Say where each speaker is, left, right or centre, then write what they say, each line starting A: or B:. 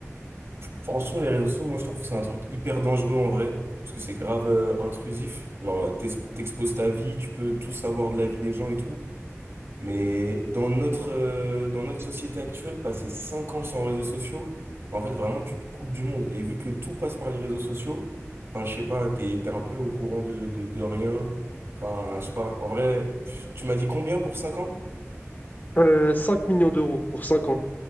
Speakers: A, on the right; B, on the left.
A: Franchement, les réseaux sociaux, moi, je trouve que c'est un truc hyper dangereux en vrai, parce que c'est grave euh, intrusif. Genre, t'es- t'exposes ta vie, tu peux tout savoir de la vie des gens et tout. Mais dans notre, euh, dans notre société actuelle, passer 5 ans sans réseaux sociaux, en fait, vraiment, tu te coupes du monde. Et vu que tout passe par les réseaux sociaux, enfin, je sais pas, t'es, t'es un peu au courant de, de, de rien. Enfin, je sais pas. En vrai, pff, tu m'as dit combien pour 5 ans?
B: Euh, 5 millions d'euros pour cinq ans.